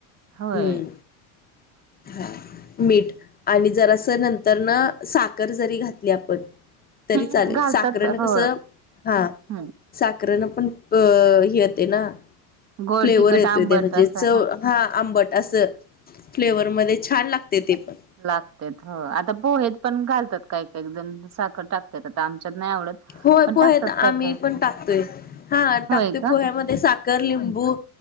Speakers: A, on the right; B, on the left.
A: होय
B: हम्म हा मीठ आणि जरास नंतरन साखर जरी घातली आपण तरी
A: हम्म
B: चालेल
A: घालतात
B: साखरण
A: हो
B: कसं. हा
A: हम्म
B: साखरण पण अ हे होतंय ना.
A: गोड
B: फ्लेवर
A: तिखट
B: येतोय
A: आंबट
B: ते म्हणजे
A: असं
B: चव हा आंबट. असं फ्लेवर मध्ये छान लागतय ते पण
A: लागतय हो आता पोहेत पण घालतात काही काही जण साखर टाकतात आता आमच्यात नाही आवडत.
B: होय
A: पण
B: पोहेेत
A: टाकतात
B: आम्ही
A: काय काय
B: पण टाकतोय. हा टाकतोय
A: होय का
B: पोह्यामध्ये साखर, लिंबू